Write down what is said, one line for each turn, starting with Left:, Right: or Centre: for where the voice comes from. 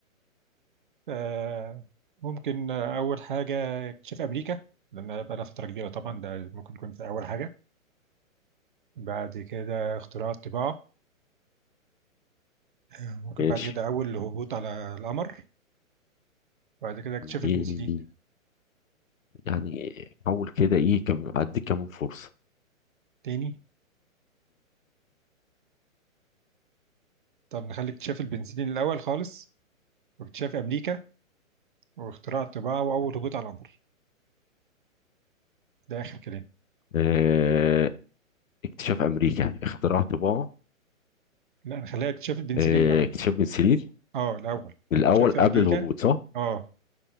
Right: آه، ممكن آه، أول حاجة اكتشاف أمريكا لأن بقى لها فترة كبيرة طبعا ده ممكن يكون في أول حاجة بعد كده اختراع الطباعة آه، ممكن
Left: ماشي
Right: بعد كده أول هبوط على القمر بعد كده اكتشاف
Left: إيه-
Right: البنسلين
Left: يعني حاول كده ايه كم اديك كمان فرصه
Right: تاني طب نخلي اكتشاف البنسلين الأول خالص واكتشاف أمريكا واختراع الطباعة وأول هبوط على القمر ده آخر كلام
Left: آه، اكتشاف امريكا يعني اختراع طباعه
Right: لا نخليها اكتشاف البنسلين
Left: آه،
Right: الأول
Left: اكتشاف بنسلين
Right: أه الأول
Left: الاول
Right: اكتشاف
Left: قبل
Right: أمريكا
Left: الهبوط صح
Right: أه